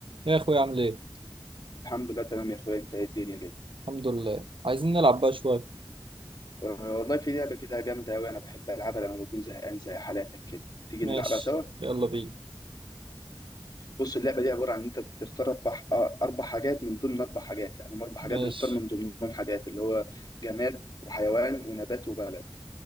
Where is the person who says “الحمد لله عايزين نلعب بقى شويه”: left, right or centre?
Right